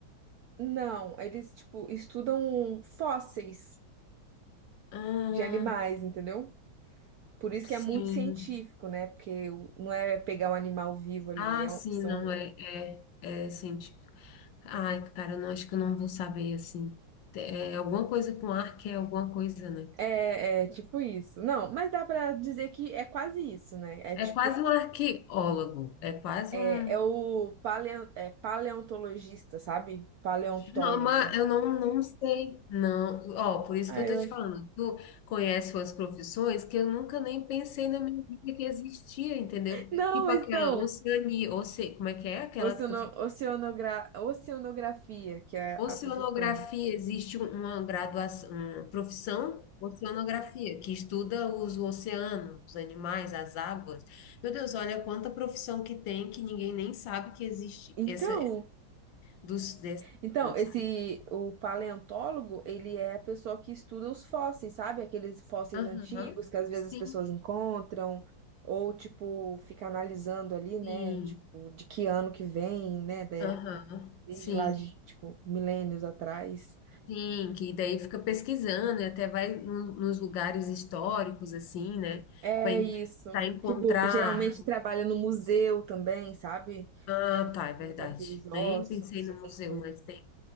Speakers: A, on the right; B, on the left.
A: Não, eles, tipo, estudam fósseis
B: Ah,
A: de animais, entendeu? Por isso
B: sim.
A: que é muito científico, né? Porque o- não é pegar o animal vivo ali,
B: Ah,
A: é,
B: sim,
A: são
B: não, é, é, é científico. Ai, cara, eu não acho que eu não vou saber, assim. É alguma coisa com arque, é alguma coisa, né?
A: É, é tipo isso. Não, mas dá pra dizer que é quase isso, né? É
B: É
A: tipo,
B: quase um arqueólogo, é quase
A: é,
B: um...
A: é o paleo, é paleontologista, sabe? Paleontólogo.
B: Não, mas eu não, não sei, não. Ó, por isso
A: Ah,
B: que eu
A: eu
B: tô te
A: acho.
B: falando, tu conhece suas profissões que eu nunca nem pensei na minha vida que existia, entendeu?
A: Não,
B: Tipo
A: mas
B: aquela
A: então,
B: oceania, oce... como é que é? Aquela
A: oceano,
B: que tu
A: oceanogra, oceanografia, que é
B: Oceanografia,
A: a profissão.
B: existe um, uma graduação, uma profissão, oceanografia, que estuda os oceanos, os animais, as águas. Meu Deus, olha quanta profissão que tem que ninguém nem sabe que existe.
A: Então,
B: Essa, dos, desse,
A: Então,
B: não
A: esse
B: sabe?
A: o paleontólogo, ele é a pessoa que estuda os fósseis, sabe? Aqueles fósseis
B: Aham,
A: antigos que às vezes
B: Sim,
A: as pessoas encontram, ou tipo, fica analisando ali, né?
B: sim.
A: Tipo, de que ano que vem, né? de-
B: Aham,
A: Desde
B: Sim,
A: lá de, tipo, milênios atrás.
B: sim. Que daí fica pesquisando e até vai no- nos lugares históricos, assim, né?
A: É
B: Vai
A: isso.
B: tentar encontrar.
A: Tipo, geralmente trabalha no museu também, sabe?
B: Ah,
A: Que o
B: tá,
A: museu
B: é verdade.
A: tem aqueles ossos,
B: Nem pensei no
A: essas
B: museu,
A: coisas.
B: mas tem.